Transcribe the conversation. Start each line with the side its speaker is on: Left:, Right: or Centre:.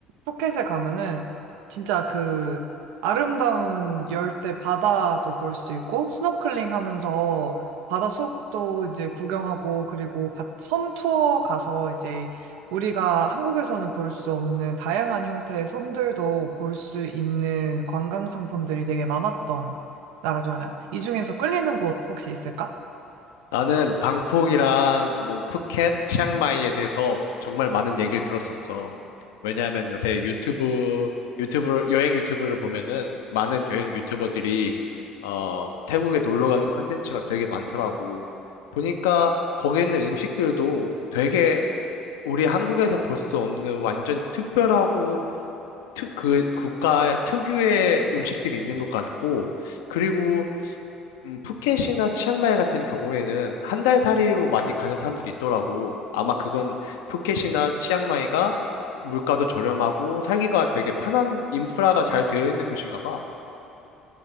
Right: 푸켓에 가면은 진짜 그 아름다운 열대 바다도 볼 수 있고 스노클링 하면서 바다 속도 이제 구경하고 그리고 가- 섬 투어 가서 이제 우리가 한국에서는 볼 수 없는 다양한 형태의 섬들도 볼 수 있는 관광 상품들이 되게 많았던 나라 중 하나. 이 중에서 끌리는 곳 혹시 있을까?
Left: 나는 방콕이랑 뭐 푸켓, 치앙마이에 대해서 정말 많은 얘기를 들었었어. 왜냐하면 요새 유튜브, 유튜브, 여행 유튜브를 보면은 많은 여행 유튜버들이 어, 태국에 놀러 가는 컨텐츠가 되게 많더라고. 보니까 거기에 있는 음식들도 되게 우리 한국에서 볼 수 없는 완전 특별하고 특, 그 국가 특유의 음식들이 있는 것 같고 그리고 음, 푸켓이나 치앙마이 같은 경우에는 한 달 살이로 많이 가는 사람들이 있더라고. 아마 그건 푸켓이나 치앙마이가 물가도 저렴하고 살기가 되게 편한 인프라가 잘 되어 있는 곳인가 봐.